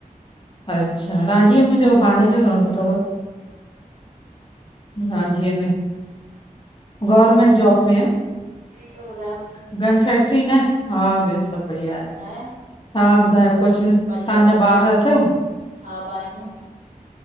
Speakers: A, on the left; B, on the right.
A: अच्छा रांझी में मुंहिंजो भाणेजो रहंदो तव। रांझी मे गवर्मेंट जॉब में आह
B: ॿियो ॿुधायो
A: गन फैक्ट्री न, हा ॿियो सभु बढ़िया आहे।
B: हां
A: तव्हां ॿुधायो कुझु
B: बढ़िया
A: तव्हांजा
B: बढ़िया
A: ॿार
B: नासतो
A: अथव
B: हा ॿ आहिनि न